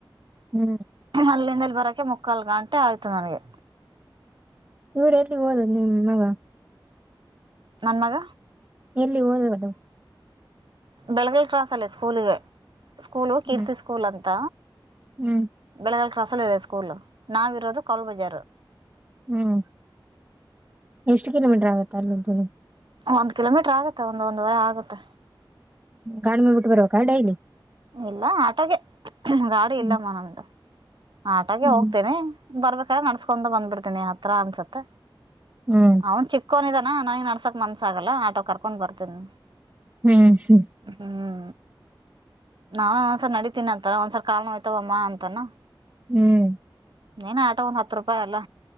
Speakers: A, on the right; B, on the right.
A: ಹ್ಮ್
B: ಅಲ್ಲಿಂದ್ ಇಲ್ ಬರಕೆ ಮುಕ್ಕಾಲ್ ಗಾಂಟೆ ಆಯ್ತು ನನ್ಗೆ
A: ಇವ್ರ್ ಎಲ್ಲಿಗ್ ಓದ್ರ್ ನಿಮ್ ಮಗ-
B: ನನ್ ಮಗ
A: ಎಲ್ಲಿ ಓದುವುದು?
B: ಬೆಳಗಲ್ ಕ್ರಾಸ್ ಅಲ್ಲಿ ಸ್ಕೂಲಿಗೆ ಸ್ಕೂಲು ಕೀರ್ತಿ
A: ಹ್ಮ್
B: ಸ್ಕೂಲ್ ಅಂತ
A: ಹ್ಮ್.
B: ಬೆಳೆಗಾಲ ಕ್ರಾಸ್ ಅಲ್ ಇದೆ ಸ್ಕೂಲ್ ನಾವ್ ಇರೋದು ಕೌಲ್ ಬಜಾರು.
A: ಹ್ಮ್ ಎಷ್ಟು ಕಿಲೋಮೀಟರ್ ಆಗತ್ತ ಅಲ್ಲಿಂದಿಲ್ಲಿಗಿ
B: ಒಂದು ಕಿಲೋಮೀಟರ್ ಆಗತ್ತೆ ಒಂದ ಒಂದೂವರೆ ಆಗತ್ತೆ
A: ಗಾಡಿ ಮ್ಯಾಗ್ ಬುಟ್ಟ್ಬರಬಕ ಡೈಲಿ?
B: ಇಲ್ಲ ಆಟೋಗೆ ಗಾಡಿ
A: ಹ್ಮ್
B: ಇಲ್ಲಮ್ಮ ನಮ್ದು ಆಟೋಗೆ
A: ಹ್ಮ್
B: ಹೋಗ್ತೇನೆ. ಬರ್ಬೇಕಾದ್ರ ನಡಸಗೊಂತ ಬಂದ್ಬಿಡ್ತೀನಿ ಹತ್ರ ಅನ್ಸತ್
A: ಹ್ಮ್-
B: ಅವ್ನ್ ಚಿಕ್ಕೋನಿದಾನ ನನಗ ನಡಸಾಕ್ ಮನ್ಸಾಗಲ್ಲ ಆಟೋ ಕರ್ಕೊಂಡ್ ಬರ್ತಿನಿ.
A: ಹ್ಮ್ ಹ್ಮ್-
B: ಹ್ಮ್ ನಾ ಒಂದ್ಸರ್ ನಡತೀನಿ ಅಂತಾನ ಒಂದಸಲ ಕಾಲ್ ನೋಯ್ತವಮ್ಮ ಅಂತಾನ
A: ಹ್ಮ್-
B: ನೀನ್ ಆಟೋ ಒಂದ ಹತ್ತು ರೂಪಾಯಿ ಅಲ್ಲ